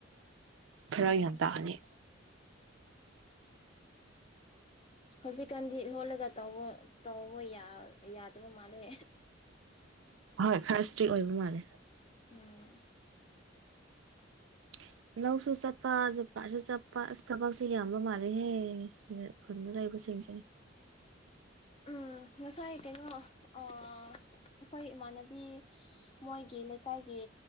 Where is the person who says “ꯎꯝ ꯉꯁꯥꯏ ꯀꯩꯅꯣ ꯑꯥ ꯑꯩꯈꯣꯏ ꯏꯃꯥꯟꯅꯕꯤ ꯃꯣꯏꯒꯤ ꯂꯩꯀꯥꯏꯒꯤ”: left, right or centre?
Left